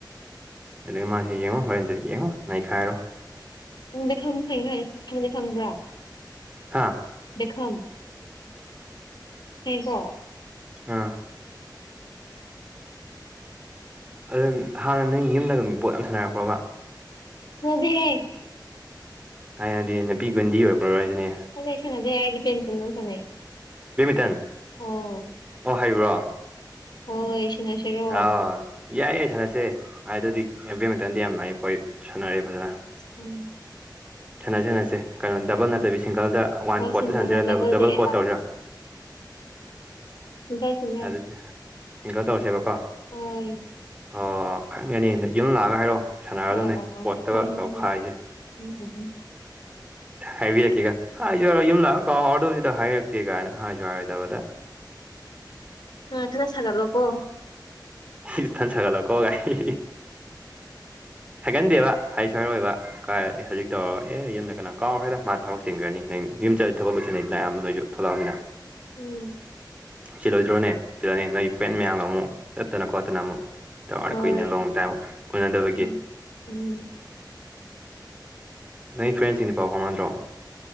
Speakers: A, on the right; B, on the left.
A: ꯑꯗ ꯃꯥꯁꯤ ꯌꯦꯡꯉꯣ ꯍꯣꯔꯦꯟꯁꯦ ꯌꯦꯡꯉꯣ ꯅꯩꯈꯥꯏꯔꯣ
B: ꯕ‌ꯩꯛꯈꯝꯗꯤ ꯐꯩ ꯍꯥꯏ ꯍꯥꯏ ꯈꯪꯗꯤ ꯈꯪꯕ꯭ꯔꯥ
A: ꯍꯥꯥ
B: ꯕ‌ꯦꯈꯝ <inaudible>
A: ꯑꯥ ꯑꯗꯨ ꯍꯥꯟꯅ ꯅꯣꯏ ꯌꯨꯝꯗꯒ ꯕ‌ꯣꯜ ꯌꯥꯝ ꯁꯥꯟꯅꯔꯛꯄ꯭ꯔꯣꯕ
B: ꯁꯥꯟꯅꯗ‌ꯦꯍ‌ꯦ
A: ꯊꯥꯏꯅꯗꯤ ꯅꯨꯄꯤ ꯒꯨꯟꯗꯤ ꯑꯣꯏꯔꯛꯄ꯭ꯔꯣ <unintelligible> ꯍꯥꯏꯁꯤꯅꯦ
B: ꯑꯩꯗꯤ ꯁꯟꯅꯗꯦ ꯑꯩꯗꯤ ꯄꯦꯟ <unintelligible> ꯁꯟꯅꯩ
A: ꯃꯤꯇꯟ
B: ꯑꯣ
A: ꯍꯩꯕ꯭ꯔꯣ
B: ꯍꯣꯏ ꯁꯥꯟꯅꯁꯤꯔꯣ
A: ꯑꯥꯎ ꯌꯥꯏ ꯌꯥꯏ ꯁꯥꯟꯅꯁꯦ ꯑꯗꯨꯗꯤ ꯕꯦꯗꯃꯤꯇꯟꯗꯤ ꯌꯥꯝ ꯂꯥꯛꯑꯦ ꯄꯣꯏ ꯁꯥꯟꯅꯔꯦ ꯐꯖꯅ
B: ꯎꯝ
A: ꯁꯥꯟꯅ ꯁꯦꯅꯁꯦ ꯀꯩꯅꯣ ꯗꯕꯜ
B: ꯍꯣꯏ
A: ꯅꯠꯇꯕꯤ ꯁꯤꯡꯒꯜꯗ ꯋꯥꯟ
B: ꯍꯣꯏ
A: ꯀꯣꯔꯠꯇꯇ
B: ꯁꯤꯡꯒꯜꯂ
A: ꯁꯥꯟꯅꯁꯤꯔꯥ
B: ꯗꯕꯜꯗꯤ
A: ꯗꯕꯜ
B: ꯑꯩ
A: ꯀꯣꯔꯣꯠ
B: ꯄꯥꯛ
A: ꯇꯧꯁꯤꯔꯥ
B: ꯁꯤꯖ ꯁꯤꯖ
A: ꯑꯗꯨꯗꯤ ꯁꯤꯡꯒꯜ ꯇꯧꯔꯁꯦꯕꯀꯣ
B: ꯍ
A: ꯑꯣ ꯈꯪꯒꯅꯤ ꯌꯨꯝ ꯂꯥꯛꯑꯒ ꯍꯥꯏꯔꯛꯣ ꯁꯥꯟꯅꯔꯗꯧꯅꯦ
B: ꯑꯣ ꯑꯣ ꯑꯣ
A: ꯀꯣꯠꯇꯒ
B: ꯍꯣꯏ ꯍꯣꯏ
A: ꯇꯧꯈꯥꯏ
B: ꯍꯣꯏ
A: ꯍꯥꯏꯁꯦ
B: ꯎꯝ ꯎꯝ ꯎꯝ
A: ꯍꯥꯏꯕꯤꯔꯛꯀꯦꯒ ꯍꯥꯏ ꯍꯥꯏꯔ ꯌꯨꯝ ꯂꯥꯛꯑ ꯀꯥꯎ ꯑꯗꯨꯗ ꯍꯥꯏꯔꯛꯀꯦ ꯀꯥꯏꯅ ꯍꯥꯏꯁꯨ ꯌꯥꯔꯣꯏꯗꯕꯗ
B: ꯎ ꯈꯔ ꯁꯥꯒꯠꯂꯣ ꯀꯣ
A: ꯁꯤꯊꯟ ꯁꯥꯒꯠꯂꯛꯀꯣ ꯥꯏ ꯍꯥꯏꯒꯟꯗꯦꯕ ꯍꯥꯏꯁꯨ ꯍꯥꯏꯔꯣꯏꯕ ꯀꯥꯏ ꯍꯧꯖꯤꯛ ꯇꯧꯔꯒ ꯑꯦ ꯌꯨꯝꯗ ꯀꯅꯥ ꯀꯥꯎꯈ꯭ꯔꯦꯗ ꯃꯥ ꯊꯕꯛ ꯆꯤꯡꯈ꯭ꯔꯅꯤ ꯅꯪ ꯌꯨꯝꯗ ꯊꯕꯛ ꯂꯣꯏꯁꯤꯟꯩꯗꯅ ꯑꯌꯥꯝꯕ ꯅꯣꯏꯁꯨ ꯊꯣꯛꯂꯛꯑꯃꯤꯅ <inaudible>
B: ꯎꯝ
A: ꯁꯤꯂꯣꯏꯗ꯭ꯔꯣꯅꯦ ꯆꯜꯂꯅꯤ ꯅꯣꯏꯒꯤ ꯐ꯭ꯔꯦꯟ ꯃꯌꯥꯝꯒ ꯑꯃꯨꯛ ꯆꯠꯇꯅ ꯈꯣꯠꯇꯅ ꯑꯃꯨꯛ ꯆꯔ
B: ꯍꯣꯏ
A: ꯀꯨꯏꯅ ꯂꯣꯡ ꯇꯥꯏꯝ ꯎꯅꯗꯕꯒꯤ
B: ꯎꯝ ꯎꯝ
A: ꯅꯪ ꯐ꯭ꯔꯦꯟꯁꯤꯡꯗꯤ ꯄꯥꯎ ꯐꯥꯎꯅꯗ꯭ꯔꯣ